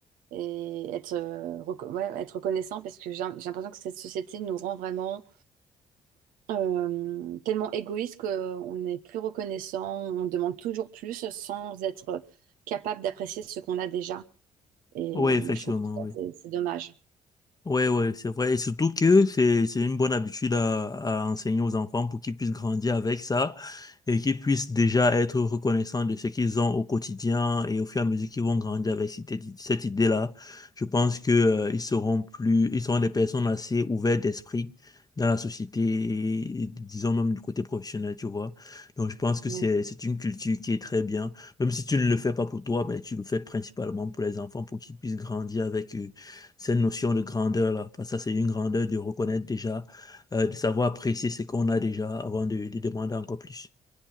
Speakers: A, on the right; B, on the left.
A: et être, euh, reco- ouais, être reconnaissant parce que j'ai j'ai l'impression que cette société nous rend vraiment euh, tellement égoïste qu'on n'est plus reconnaissant, on demande toujours plus sans être capable d'apprécier ce qu'on a déjà. Et
B: oui, effectivement,
A: moi je trouve que ça,
B: oui.
A: c'est c'est dommage.
B: Ouais, ouais, c'est vrai. Et surtout que c'est, c'est une bonne habitude à, à enseigner aux enfants pour qu'ils puissent grandir avec ça et qu'ils puissent déjà être reconnaissants de ce qu'ils ont au quotidien et au fur et à mesure qu'ils vont grandir avec cette, idée- cette idée-là. Je pense que, euh, ils seront plus, ils seront des personnes assez ouvertes d'esprit dans la société et, et disons même du côté professionnel, tu vois. Donc, je pense que
A: Mm.
B: c'est, c'est une culture qui est très bien. Même si tu ne le fais pas pour toi, mais tu le fais principalement pour les enfants pour qu'ils puissent grandir avec eux cette notion de grandeur-là. Parce que ça, c'est une grandeur de reconnaître déjà, euh, de savoir apprécier ce qu'on a déjà avant de, de demander encore plus.